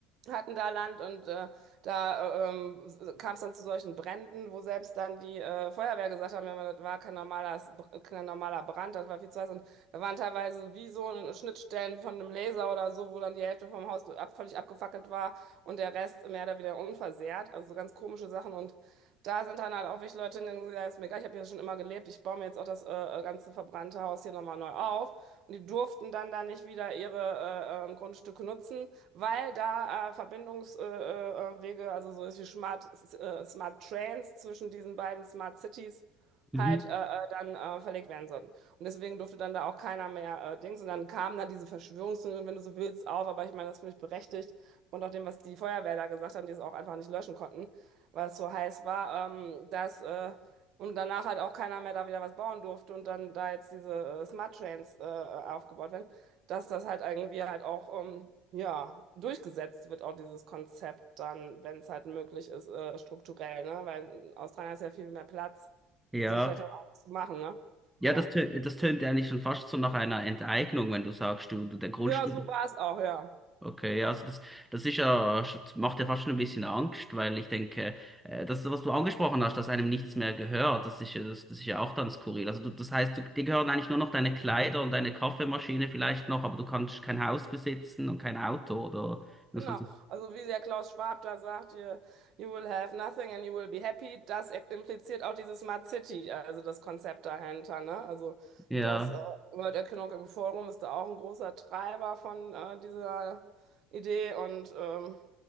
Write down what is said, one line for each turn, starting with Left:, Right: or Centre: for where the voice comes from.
Right: hatten da Land und äh, da äh, ähm, kam es dann zu solchen Bränden, wo selbst dann die äh, Feuerwehr gesagt haben, ja, das war kein normaler, kein normaler Brand, das war viel zu heiß. Und da waren teilweise wie so ein- Schnittstellen von einem Laser oder so, wo dann die Hälfte vom Haus ab, völlig abgefackelt war und der Rest mehr oder weniger unversehrt. Also so ganz komische Sachen. Und da sind dann halt auch wirklich Leute hingegangen, die gesagt haben, ist mir egal, ich habe hier schon immer gelebt, ich baue mir jetzt auch das äh, äh, ganze verbrannte Haus hier nochmal neu auf. Und die durften dann da nicht wieder ihre äh, äh, Grundstücke nutzen, weil da äh, Verbindungswege, äh, äh, Wege, also so ist wie Smart, äh, Smart Trains zwischen diesen beiden Smart Cities
Centre: mhm,
Right: halt äh, äh, dann äh, verlegt werden sollten. Und deswegen durfte dann da auch keiner mehr äh, Dings. Und dann kamen da diese Verschwörungstheorien, wenn du so willst, auf. Aber ich meine, das finde ich berechtigt. Und auch dem, was die Feuerwehr da gesagt haben, die es auch einfach nicht löschen konnten weil es so heiß war, ähm, dass äh, und danach halt auch keiner mehr da wieder was bauen durfte und dann da jetzt diese äh, Smart Trains äh, aufgebaut werden, dass das halt irgendwie halt auch ähm, ja durchgesetzt wird, auch dieses Konzept dann, wenn es halt möglich ist, äh, strukturell, ne? Weil in Australien ist ja viel mehr Platz,
Centre: ja,
Right: um das vielleicht dann auch zu machen, ne?
Centre: ja,
Right: Ja.
Centre: das, tö- das tönt eigentlich schon fast so nach einer Enteignung, wenn du sagst, du, du der Grundstück
Right: Ja, so war es auch, ja.
Centre: Okay, ja, also das, das ist ja, macht ja fast schon ein bisschen Angst, weil ich denke, äh, das, was du angesprochen hast, dass einem nichts mehr gehört, das ist ja, das, das ist ja auch dann skurril. Also du, das heißt, du, dir gehören eigentlich nur noch deine Kleider und deine Kaffeemaschine vielleicht noch, aber du kannst kein Haus besitzen und kein Auto oder muss
Right: Genau,
Centre: man sich,
Right: also wie der Klaus Schwab da sagt, you, you will have nothing and you will be happy, das impliziert auch diese Smart City, also das Konzept dahinter, ne? Also
Centre: ja,
Right: das äh, World Economic Forum ist da auch ein großer Treiber von äh, dieser Idee und ähm,